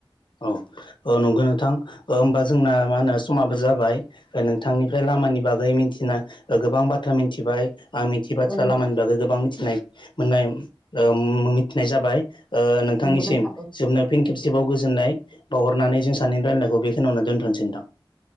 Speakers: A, on the left; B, in the centre.
A: औ औ नंगौ नोंथां ओह होमबा जोंना मा होनो समाबो जाबाय नोंथांनिफ्राय लामानि बागै मिथिना गोबां बाथ्रा मिथिबाय आं मिथियै बाथ्रा
B: औ
A: लामानि बागै गोबां मिथिनाय मोननाय ओह मो-मिथिनाय जाबाय ओह नोंथांनिसिम
B: नंगौ नोंथां औ
A: जोबनायाव फिन खेब खेबसेबाव गोजोननाय बावहरनानै जों सानैनिनो रायलायनायखौ बेखिनियावनो दोनथ'नोसै नोंथां